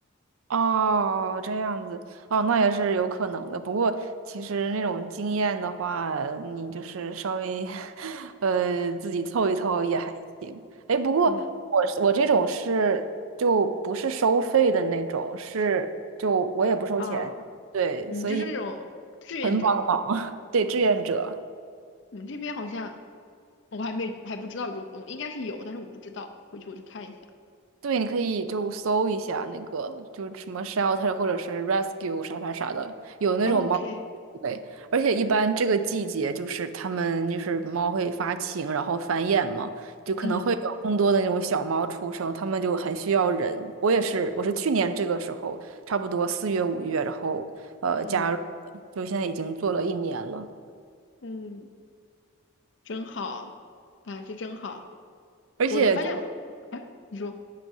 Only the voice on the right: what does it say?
哦，这样子，哦，那也是有可能的。不过，其实那种经验的话，你就是稍微，<laughs> 呃，自己凑一凑也还行。哎，不过我是我这种是就不是收费的那种，
是就我也不收钱，
对，
所以很帮忙，<laughs> 对，志愿者。
对，你可以就搜一下那个，就什么 shelter 或者是 rescue 啥啥啥的，有那种猫
类，而且一般这个季节就是它们就是猫会发情，然后繁衍嘛，就可能会有更多的那种小猫出生，
它们就很需要人。我也是，我是去年这个时候，差不多四月五月，然后呃加入的，
就现在已经做了一年了。
而且。